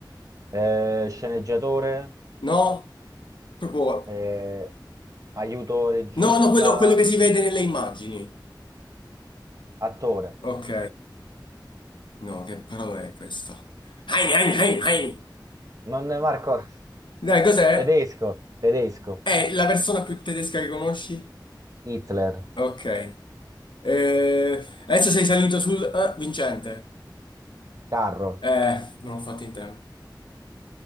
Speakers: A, on the right; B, on the left.
A: eh, sceneggiatore.
B: no? Proprio...
A: eh, aiuto regista,
B: No, no, quello, quello che si vede nelle immagini.
A: attore.
B: Ok, no, che parola è questa? Hein, hein, hein, hein.
A: Non Marco, <laughs>
B: Dai, cos'è?
A: tedesco, tedesco,
B: È la persona più tedesca che conosci?
A: Hitler,
B: Ok. Eh, adesso sei salito sul... eh, vincente.
A: carro.
B: Eh, non ho fatto in tempo.